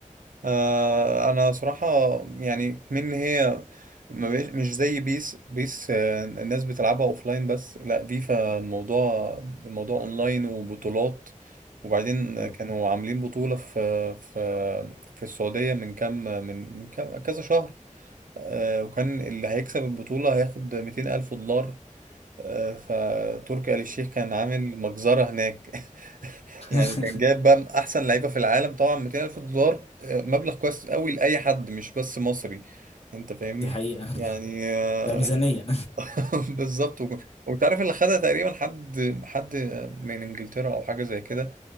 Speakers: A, on the right; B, on the left.
A: آه، انا صراحة يعني من هي ما بقاش مش زي بيس بيس آه، الناس بتلعبها اوفلاين بس لا فيفا الموضوع الموضوع اونلاين وبطولات وبعدين
B: آه.
A: كانوا عاملين بطولة في في في السعودية من كام من من كام كذا شهر آه، وكان اللي هيكسب البطولة هياخد 200 ألف دولار آه، فتركي آل الشيخ كان عامل مجزرة هناك <laughs>
B: <laughs>
A: يعني كان جايب بقى أحسن لعيبة في العالم طبعا 200 ألف دولار آه، مبلغ كويس قوي لأي حد مش بس مصري أنت فاهمني
B: دي حقيقة
A: يعني آه،
B: ده ميزانية
A: <laughs> بالظبط وك- وتعرف اللي خدها تقريبا حد حد من إنجلترا أو حاجة زي كده